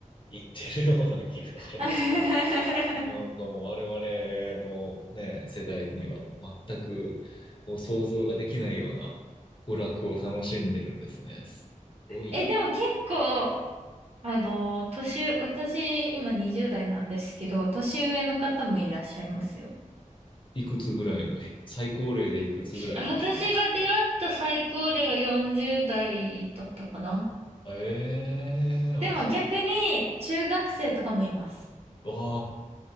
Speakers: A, on the left; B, on the right.
A: 行ってるような気がしますけど、
B: <laughs>
A: なんかもう我々のね、世代には全くこう想像ができないような娯楽を楽しんでるんですね。すごいな。
B: え、でも結構、あの、年、私、今20代なんですけど、年上の方もいらっしゃいますよ。
A: いくつぐらいの、最高齢でいくつぐらいの人いました
B: 私が出会った最高齢は40代だったかな。
A: ええ、あ、
B: でも逆に、
A: そう。
B: 中学生とかもいます。
A: あ